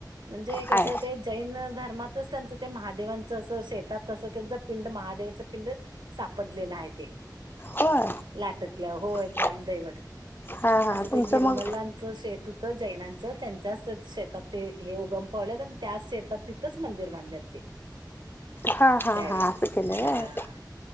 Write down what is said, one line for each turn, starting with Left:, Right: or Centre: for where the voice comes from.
Right: म्हणजे कसं
Left: हाय
Right: ते जैन ध र्मातच त्यांच ते महादेवांच अस शेतात असं त्यांच पिंड महादेवाच पिंड सापडलेलं आहेत. ते.
Left: होय
Right: लाटतलं होय
Left: <unintelligible>
Right: ग्रामदैवत
Left: हा
Right: असं
Left: हा
Right: ते
Left: तुमचं
Right: गिरमलांचं
Left: मग
Right: शेत हुत त जैनांच त्यांच्याच शेतात ते हे उगम पावल्यात अन त्या शेतात तिथंच मंदिर बंधल्यात ते
Left: हा हा
Right: त्यावेळी
Left: हा असं केलंय
Right: हा
Left: व्हय
Right: हा